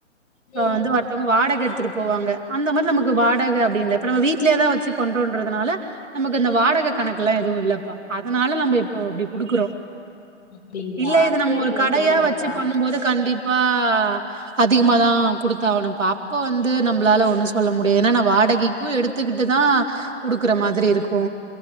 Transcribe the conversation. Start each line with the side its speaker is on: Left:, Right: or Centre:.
Right: இப்ப
Left: ம்
Right: வந்து த்தவங்க வாடகை எடுத்துட்டு போவாங்க அந்த மாதிரி நமக்கு வாடகை அப்டி இல்ல இப்ப நம்ம வீடலயேதா வச்ச பண்றோன்றதுனால நமக்கு அந்த வாடகை கணக்கு எல்லா எதுவு இல்லப்பா அதனால நம்ம இப்போ இபடி குடுக்குறோ
Left: அப்டிங்களா
Right: இல்ல இது நம்ம
Left: சேரிங்க
Right: ஒரு கடையா
Left: சேரிங்கக்கா
Right: வச்சு பண்ணும் போது கண்டிப்பா அதிகமாதா குடுத்தாகணுப்பா அப்ப வந்து நம்மளால ஒண்ணு சொல்ல முடியு ஏனா வாடகைக் கு எடுத்துக்கிட்டுதா குடுக்குற மாதிரி இருக்கு